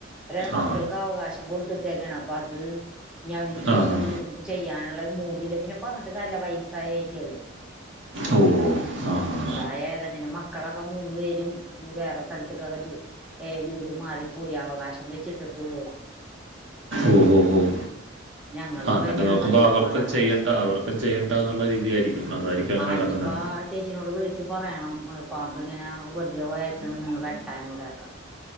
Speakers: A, in the centre; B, on the right.
A: ഓര് മക്കൾക്ക്
B: ആ
A: അവകാശം കൊടുത്തിട്ടേക്കാണ് അപ്പൊ അത് ഇനി അവർക്ക്
B: ആ
A: ഒന്നും
B: ഹാ
A: ചെയ്യാനുള്ള മൂടില്ല പിന്നെ പറഞ്ഞിട്ട് കാര്യല്ല്യ വയസ്സായ ആയിറ്റള്
B: ഓ ഓ അഹ് അഹ്
A: പ്രായമായത് തന്നെ മക്കളൊക്കെ മൂന്ന് പേരും വേറെ സ്ഥലത്തക്കൊക്കെ ജോലി ഏയ് വീട് മാറി പോയി അവകാശം വെച്ചിട്ടിട്ടള്ളൂടാ
B: ഉം ഉം
A: ഞങ്ങൾക്ക്
B: അങ്ങനെ
A: ഭയങ്കര
B: നോക്കുമ്പോ
A: കഷ്ടപ്പാടാണ്
B: അവർക്കും ചെയ്യണ്ട
A: അത്
B: അവർക്ക് ഇപ്പം ചെയ്യണ്ട എന്നുള്ള രീതിയായിരിക്കും അതായിരിക്കും അങ്ങനെ
A: അഹ്
B: കിടക്കുന്നത്
A: ഇഞ്ഞിപ്പ അട ചേച്ചിനോട് വിളിച്ച് പറയണം പാമ്പ് ഇങ്ങനെ ഉപദ്രവമായിക്കണ് നിങ്ങൾ വെട്ടാൻ ഇവിടെയൊക്കെ